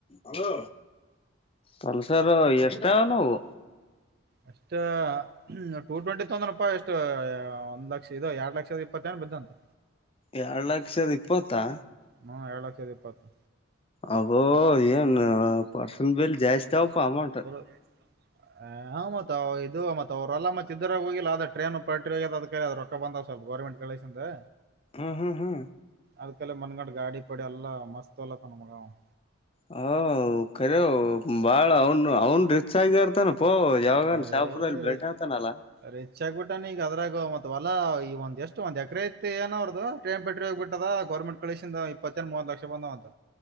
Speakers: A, on the left; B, on the right.
A: ಹಲೊ ಹಲೊ ಸರು ಎಷ್ಟ ನವು.
B: ಅಷ್ಟೇ. ಹ್ಮ್ ಟು ಟ್ವೆಂಟಿ ತಂದನಪ್ಪಾ ಎಷ್ಟು ಒಂದ್ ಲಕ್ಷ ಇದೋ ಎರಡ್ ಲಕ್ಷದ ಇಪ್ಪತ್ತೇನ ಬಿದ್ದಂತೆ.
A: ಎರಡು ಲಕ್ಷದ್ ಇಪ್ಪತ್ತಾ.
B: ಹ್ಮ್ ಎರಡ್ ಲಕ್ಷದ್ ಇಪ್ಪತು.
A: ಅಬೋ ಏನ್ ಪರ್ಸನ್ ಬಿಲ್ ಜಾಸ್ತಿ ಆವಪ್ಪಾ ಅಮೌಂಟು.
B: ಹ ಹಾ ಮತ್ ಇದು ಮತ್ ಅವ್ರೆಲ್ಲ ಮತ್ ಇದ್ರಾಗ್ ಹೋಗಿಲ್ಲ ಅದ ಟ್ರೇನ್ ಪ್ರಿ ಹೋಗದ ಕ್ರ ಬಂದಾವ್ ಸಲ್ಪ ಗೌರ್ಮೆಂಟ್ ಕೆಲಸಕ್ಕೆ.
A: ಹ್ಮ್ ಹ್ಮ್ ಹ್ಮ್
B: ಅದ್ಕಲೆ ಮನ್ಗಂಡ ಗಾಡಿ ಪಡಿ ಎಲ್ಲ ಮಸ್ತ್ <unintelligible> ನನ್ ಮಗ ಅವ್ನು.
A: ಹ ಖರೆ ಬಾಳ ಅವನು ಅವನ್ ರಿಚ್ ಆಗ್ಯರ್ತಾನಪ್ಪೋ. ಯಾವಾಗನ
B: ಅವ
A: ಶಾಪುರ್ ದಲ್ ಬೆಟ್ಟ
B: ಏ
A: ಅತನಲ್ಲ.
B: ರಿಚ್ ಆಗ್ಬಿಟ್ಟಾನ ಈಗ ಅದ್ರಾಗ ಮತ್ ಹೊಲಾ ಈಗ ಒಂದ್ ಎಷ್ಟು ಒಂದ್ ಎಕ್ರೆ ಐತ್ತು ಏನ ಅವಾರ್ದು. ಟ್ರ ಹೋಗ ಬಿಟ್ಟದ ಗೌರ್ಮಂಟ್ ಕಳಿಸಿಂದ ಇಪ್ಪತ್ತನ್ ಮೂವತ್ ಲಕ್ಷ ಬಂದದ್ ಅಂತ.